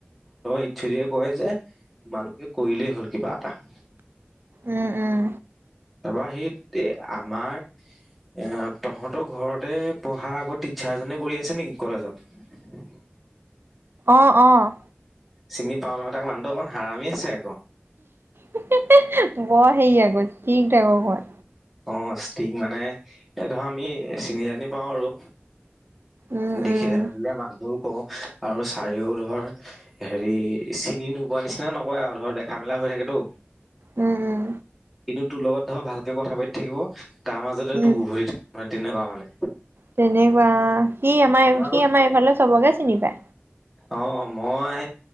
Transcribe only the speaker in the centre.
ইছ দে কয় যে তোমালোকে কৰিলেই হ'ল কিবা এটা <inaudible>
তাৰপৰা সেই আমাৰ এ তহঁতৰ ঘৰতে পঢ়া আগৌ টিচাৰ এজনে কৰি আছে নেকি কলেজত।
চিনি পাওঁ নহয় তাক মানুহ অক হৰাামি আছে আৰু
অ ষ্টিক মানে এ ধৰা আমি চিনি জানি পাও আৰু
দেখিলে
মে মানুহ অ আৰু চাৰিও ধৰ হেৰি চিনি নোবোৱা নিচিনা নকয় আৰু ধৰ দেখা মেলা হৈ থাকেতো
কিন্তু তোৰ লগত ধৰ ভালকে কথা পাতি থাকিব। তাৰ মাজতেতো
গোবৰি তেনেকুৱা মানে
মই আকৌ
অ মই